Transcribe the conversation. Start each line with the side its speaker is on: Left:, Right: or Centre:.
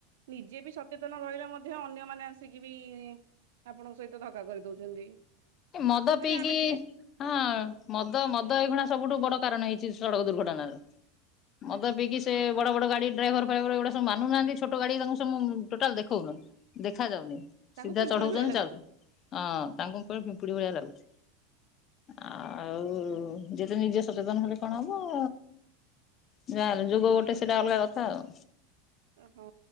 Right: ନିଜେ ବି ସଚେତନ ରହିଲେ ମଧ୍ୟ ଅନ୍ୟମାନେ ଆସିକି ବି ଆପଣଙ୍କ ସହିତ ଧକ୍କା କରିଦଉଛନ୍ତି।
Left: ମଦ
Right: ଆଉ ତଥାପି
Left: ପିଇକି
Right: ଆମେ ନିଜେ
Left: ହଁ
Right: ହଉ
Left: ମ ଦ ମଦ ଏଇଖିଣା ସବୁଠୁ ବଡ କାରଣ ହେଇଛି ସଡ଼କ ଦୁର୍ଘଟଣାର। ମଦ ପିଇକି ସେ ବଡ ବଡ ଗାଡି ଡ୍ରାଇଭର ଫ୍ରାଇଭର ଏଗୁଡା ସବୁ ମାନୁ ନାହାନ୍ତି ଛୋଟ ଗାଡି ତାଙ୍କୁ ସବୁ ଟୋଟାଲ ଦେଖଉନ। ଦେଖା ଯାଉନି
Right: ତାଙ୍କୁ
Left: ସିଧା
Right: ପିମ୍ପୁଡି
Left: ଚଢଉଛନ୍ତି
Right: ଭଳିଆ ଲାଗୁଛି
Left: ଚାଲୁଚନ୍ତି ହଁ ତାଙ୍କ ଉପରେ ପିମ୍ପୁଡି ଭଳିଆ ଲାଗୁଛି। ଆଉ ଯେତେ ନିଜେ ସଚେତନ ହେଲେ କଣ ହବ। ଯାହାଲେ ଯୋଗ ଗୋଟେ ସେଇଟା ଅଲଗା କଥା ଆଉ।
Right: ହଁ